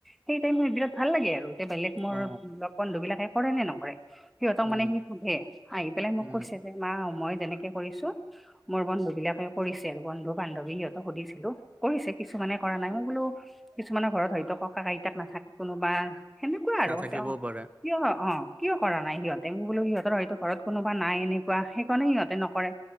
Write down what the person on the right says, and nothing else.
অ
উম
উম
নাথাকিবও
পাৰে